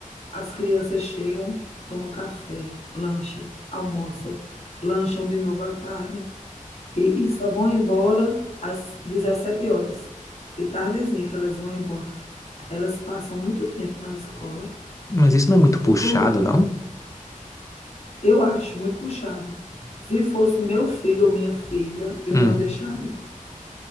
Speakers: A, on the left; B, on the left.
A: As crianças chegam, tomam café, lancham, almoçam, lancham de novo à tarde e, e só vão embora às 17 horas. De tardezinha que elas vão embora. Elas passam muito tempo na escola.
B: Mas isso não é muito puxado,
A: Inclusive,
B: não?
A: eu acho muito puxado. Se fosse meu filho ou minha filha, eu
B: Hum.
A: não deixaria.